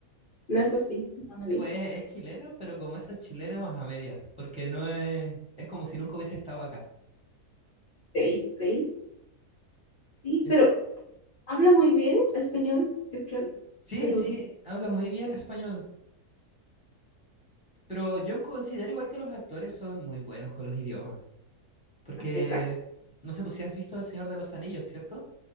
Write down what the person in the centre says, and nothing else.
Sí,
sí,
pues es, es chileno, pero como esos chilenos a medias, porque no es, es como si nunca hubiese estado acá.
Es,
sí,
sí, habla muy bien español, pero yo considero igual que los actores son muy buenos con los idiomas, porque
no sé pues si has visto El Señor de los Anillos, ¿cierto?